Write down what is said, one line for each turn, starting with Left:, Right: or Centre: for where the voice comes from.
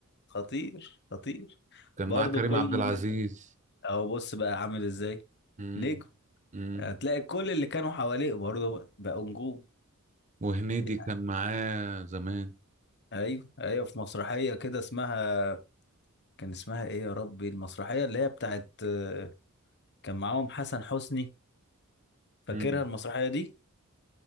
Left: خطير خطير
Right: كان
Left: برضو
Right: معاه كريم
Left: كل
Right: عبد العزيز
Left: اهو بص بقى عامل ازاي
Right: امم
Left: نجم
Right: إمم.
Left: هتلاقي كل اللي كانوا حواليه برضو بقوا نجوم
Right: وهنيدي
Left: يعني
Right: كان معاه زمان
Left: ايوه ايوه في مسرحيه كده اسمها كان اسمها ايه يا ربي المسرحية اللي هي بتاعت آه، كان معاهم حسن حسني فاكرها
Right: امم
Left: المسرحية دي